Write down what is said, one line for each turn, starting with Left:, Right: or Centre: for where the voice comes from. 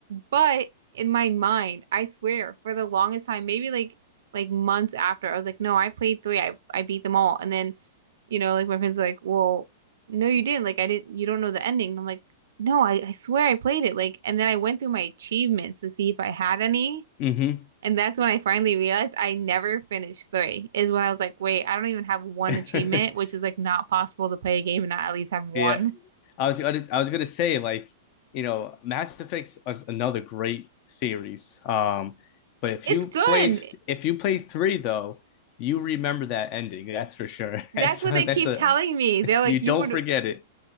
Right: but in my mind, I swear, for the longest time, maybe like like months after, I was like, no, I played three. I I beat them all. And then, you know, like my friends are like, well, no, you didn't. Like I didn't. You don't know the ending. And I'm like, no, I I swear I played it. Like, and then I went through my achievements to see if I had any.
Left: Mm-hmm.
Right: And that's when I finally realized I never finished three, is when I was like, wait, I don't even have one
Left: <laughs>
Right: achievement, which is like not possible to play a game and not at least have one.
Left: yeah. I was I was, I was going to say like, you know, Mass Effect was another great series. Um but if
Right: It's
Left: you
Right: good.
Left: played if you played 3 though, you remember that ending, that's for sure. <laughs>
Right: That's
Left: that's
Right: what
Left: that's
Right: they keep
Left: a
Right: telling me. They're like,
Left: you don't
Right: you would, because
Left: forget it.